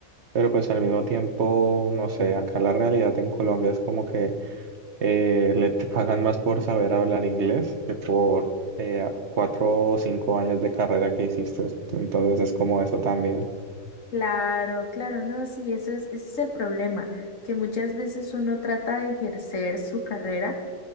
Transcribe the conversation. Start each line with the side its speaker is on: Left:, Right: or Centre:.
Right: Pero pues al mismo tiempo, no sé, acá la realidad en Colombia es como que eh, le, te pagan más por saber hablar inglés que por eh, cuatro o cinco años de carrera que hiciste. Entonces es como eso también.
Left: Claro, claro, no, sí, eso es, ese es el problema, que muchas veces uno trata de ejercer su carrera